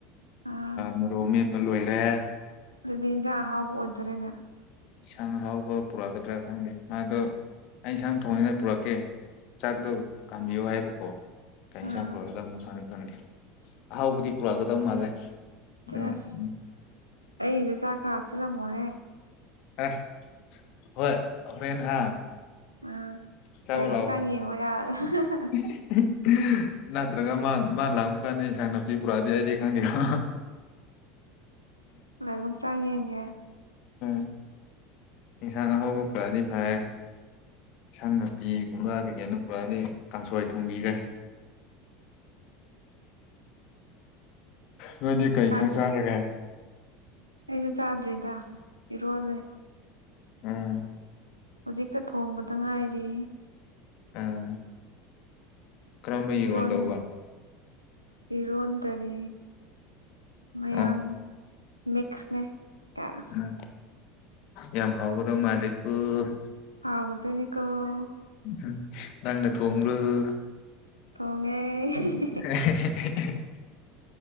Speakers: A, on the right; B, on the left.
A: ꯑꯥ
B: ꯃꯔꯣꯛ ꯃꯦꯠꯄ ꯂꯣꯏꯔꯦ
A: ꯑꯗꯨꯗꯤ ꯏꯟꯖꯥꯡ ꯑꯍꯥꯎꯕ ꯑꯣꯏꯗꯣꯔꯦꯅꯦ
B: ꯏꯟꯁꯥꯡ ꯑꯍꯥꯎꯕ ꯄꯨꯔꯛꯀꯗ꯭ꯔꯥ ꯈꯪꯗꯦ ꯃꯥꯗꯣ ꯑꯩ ꯏꯟꯁꯥꯡ ꯊꯣꯡꯅꯤꯡꯉꯥꯏ ꯄꯨꯔꯛꯀꯦ ꯆꯥꯛꯇꯣ ꯀꯥꯝꯕꯤꯌꯨ ꯍꯥꯏꯕꯀꯣ ꯀꯩ
A: ꯑꯥ
B: ꯏꯟꯁꯥꯡ ꯄꯨꯔꯛꯀꯗꯕꯅꯣ ꯈꯪꯗꯤ ꯈꯪꯗꯦ ꯑꯍꯥꯎꯕꯗꯤ ꯄꯨꯔꯛꯀꯗꯕ ꯃꯥꯜꯂꯦ ꯑꯗꯣ
A: ꯁ‌ꯦꯁ
B: ꯎꯝ
A: ꯑꯩꯁꯨ ꯆꯥꯛ ꯈꯔ ꯍꯥꯞꯆꯜꯂꯝꯃꯣꯍꯦ
B: ꯑꯦ ꯍ‌ꯣꯏ ꯍ‌ꯣꯔ‌ꯦꯟ ꯍꯥ
A: ꯑꯥ
B: ꯆꯥꯕ
A: ꯂꯥꯏꯕꯛ
B: ꯂꯥꯛꯑꯣ
A: ꯆꯥꯡ ꯌꯦꯡꯕ ꯌꯥꯔꯦ <unintelligible>
B: <unintelligible> ꯅꯠꯇ꯭ꯔꯒ ꯃꯥ ꯃꯥꯅ ꯂꯥꯛꯕ ꯀꯥꯟꯗ ꯏꯟꯁꯥꯡ ꯅꯥꯄꯤ ꯄꯨꯔꯛꯑꯗꯤ ꯑꯩꯗꯤ ꯈꯪꯗꯦꯀꯣ
A: ꯂꯥꯏꯕꯛ ꯆꯥꯡ ꯌꯦꯡꯒꯦ
B: <unintelligible> ꯏꯟꯁꯥꯡ ꯑꯍꯥꯎꯕ ꯄꯨꯔꯛꯑꯗꯤ ꯐꯔꯦ ꯏꯟꯁꯥꯡ ꯅꯥꯄꯤꯒꯨꯝꯕ ꯀꯩ ꯀꯩꯅ‌ꯣ ꯄꯨꯔꯛꯑꯗꯤ ꯀꯥꯡꯁꯣꯏ ꯊꯣꯡꯕꯤꯔꯦ ꯅꯣꯏꯗꯤ ꯀꯔꯤ ꯏꯟꯁꯥꯡ
A: ꯀꯥꯡꯁꯨ
B: ꯆꯥꯔꯒꯦ
A: ꯑꯩꯁꯨ ꯆꯥꯗ꯭ꯔꯤꯗ ꯏꯔꯣꯜꯂꯦ
B: ꯎꯝ
A: ꯍꯧꯖꯤꯛꯇ ꯊꯣꯡꯕꯗ ꯉꯥꯏꯔꯤ
B: ꯎꯝ ꯀꯔꯝꯕ
A: ꯏꯔꯣꯟ
B: ꯇꯧꯕ
A: ꯏꯔꯣꯟ ꯗꯔꯤ ꯃꯌꯥꯟ
B: ꯑꯣ
A: ꯃꯤꯛꯁꯅꯦ ꯀꯥꯏ
B: ꯎꯝ ꯌꯥꯝ ꯍꯥꯎꯒꯗꯕ ꯃꯥꯜꯂꯤꯀ‌ꯣ
A: ꯍꯥꯎꯒꯗꯨꯏꯅꯤꯀ‌ꯣ
B: ꯆꯛ ꯅꯪꯅ ꯊꯣꯡꯕꯔꯣ
A: ꯊꯣꯡꯉꯦ
B: <unintelligible>